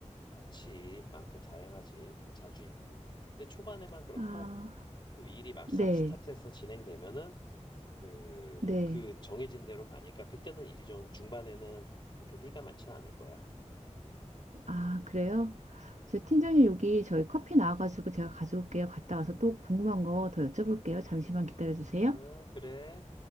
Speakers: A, on the left; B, on the right.
A: 많지 많고 다양하지 자주 있고. 근데 초반에만 그렇고
B: 아,
A: 또 일이 막상
B: 네,
A: 스타트해서 진행되면은 그
B: 네.
A: 그 정해진 대로 가니까 그때는 일이 좀 중반에는 그렇게 회의가 많지는 않을 거야. 음,
B: 아, 그래요?
A: 음, 음.
B: 저 팀장님 여기 저희 커피 나와가지고 제가 가져올게요. 갔다 와서 또 궁금한 거 더 여쭤볼게요. 잠시만 기다려주세요.
A: 아, 그래.